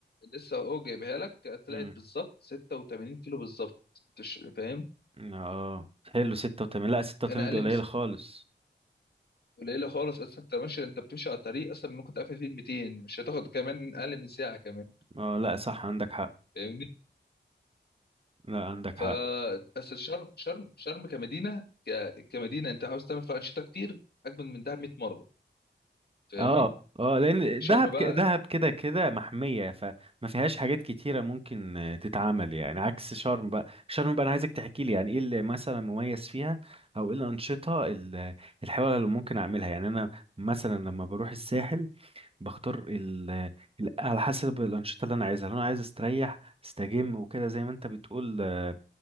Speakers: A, on the left (about 60°); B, on the right (about 30°).
A: لسه اهو جايبها لك طلعت
B: امم
A: بالظبط 86 كيلو بالظبط انت ش- فاهم
B: اه حلو 86 لا 86
A: انا اقل
B: دي قليلة
A: من س-
B: خالص
A: قليله خالص اصلا انت ماشي انت بتمشي على طريق اصلا ممكن تعافى فيه 200 مش هتاخد كمان اقل من ساعه كمان
B: اه لا صح عندك حق
A: فاهمني
B: لا عندك حق
A: ف بس الشرم شرم شرم كمدينه ك... كمدينه انت عاوز تعمل فيها انشطه كتير اجمل من دهب 100 مره فاهميه
B: اه اه لان
A: شرم
B: دهب
A: بقى
B: ك- دهب كده كده محميه فما فيهاش حاجات كتيره ممكن آه، تتعمل يعني عكس شرم بقى شرم بقى انا عايزك تحكي لي يعني ايه اللي مثلا مميز فيها او ايه الانشطه ال- الحلوه اللي ممكن اعملها يعني انا مثلا لما بروح الساحل بختار ال ال- على حسب الانشطه اللي انا عايزها لو انا عايز استريح استجم وكده زي ما انت بتقول آه،